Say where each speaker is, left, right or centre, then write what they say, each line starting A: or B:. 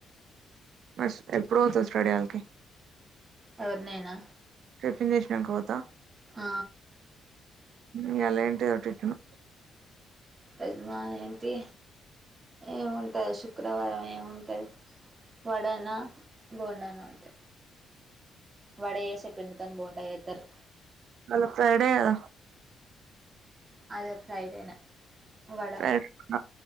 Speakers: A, on the right; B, on the right.
A: ఫస్ట్ ఎప్పుడు అవుతది స్టడీ అల్కి
B: ఎవరు నేనా
A: టిఫిన్ చేషినాక పోతా
B: ఆ
A: ఇయలా ఏంటదో టిఫిను
B: రజమా ఏంటి ఏముంటంది శుక్రవారం ఏముంటది వాడనా బోండాన అంతె వడ ఏసే పిండితోనె బోండా ఏత్తారు
A: అల్లకు ఫ్రైడేకద
B: అదే ఫ్రైడేనే వడ
A: పెంట